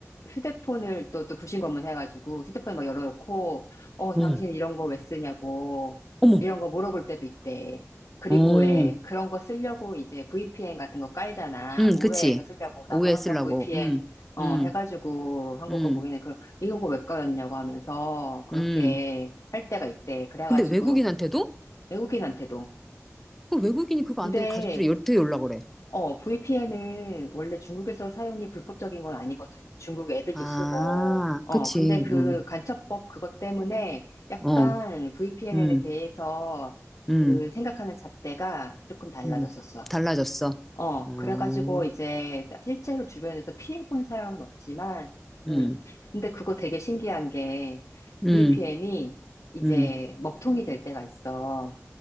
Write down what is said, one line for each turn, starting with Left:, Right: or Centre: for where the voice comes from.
Left: 휴대폰을 또, 또 불신검문 해가지고 휴대폰에 막 열어놓고, 어, 당신
Centre: 응.
Left: 이런 거 왜 쓰냐고,
Centre: 어머.
Left: 이런 거 물어볼 때도 있대. 그리고
Centre: 어.
Left: 왜 그런 거 쓰려고 이제 VPN 같은 거 깔잖아.
Centre: 응,
Left: 우회해서
Centre: 그치.
Left: 쓰려고.
Centre: 오해
Left: 나도 항상
Centre: 쓰려고.
Left: VPN,
Centre: 응.
Left: 어,
Centre: 응.
Left: 해가지고 한국
Centre: 응.
Left: 거 보이네. 그럼 이거 왜 깔았냐고 하면서 그렇게
Centre: 응.
Left: 할 때가 있대. 그래가지고
Centre: 근데 외국인한테도?
Left: 외국인한테도.
Centre: 그 외국인이 그거
Left: 근데
Centre: 안 되면 가족들이 열- 되게 연락 그래.
Left: 어, VPN은 원래 중국에서 사용이 불법적인 건 아니거든. 중국 애들도
Centre: 아,
Left: 쓰고. 어,
Centre: 그치.
Left: 근데 그
Centre: 응.
Left: 간첩법 그것 때문에 약간
Centre: 어.
Left: VPN에
Centre: 응.
Left: 대해서
Centre: 응.
Left: 그 생각하는 잣대가 조금 달라졌었어.
Centre: 응. 달라졌어.
Left: 어,
Centre: 어.
Left: 그래가지고 이제 실제로 주변에서 피해본 사람은 없지만,
Centre: 응.
Left: 음, 근데 그거 되게 신기한 게
Centre: 응.
Left: VPN이 이제
Centre: 응.
Left: 먹통이 될 때가 있어.